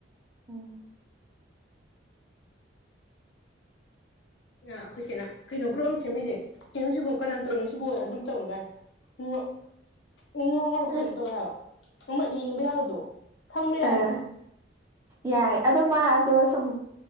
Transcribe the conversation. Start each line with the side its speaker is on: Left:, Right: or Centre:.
Right: ꯎꯝ
Left: ꯑꯩꯈꯣꯏꯁꯤꯅ ꯀꯩꯅꯣ ꯒ꯭ꯔꯨꯞ ꯑꯃ ꯁꯦꯝꯦ ꯃꯤꯁꯦ ꯀꯩꯅꯣꯁꯤꯕꯣ ꯀꯅꯥ ꯇꯧꯔꯤꯅꯣ ꯁꯤꯕꯣ ꯑꯗꯨꯝ ꯇꯧꯅꯤ ꯚꯥꯏ ꯎ ꯎ ꯉꯥꯎꯔꯔꯕ
Right: ꯑ
Left: ꯀꯩꯅꯣꯝ ꯇꯧꯋꯦ ꯍꯥꯏꯕ ꯅꯅ ꯌꯦꯡꯕ ꯌꯥꯕꯗꯣ ꯈꯪꯕ ꯌꯥ
Right: ꯑ
Left: ꯍꯥꯏꯕ
Right: ꯌꯥꯏ ꯑ ꯃꯥ ꯑꯗꯣ ꯁꯨꯝ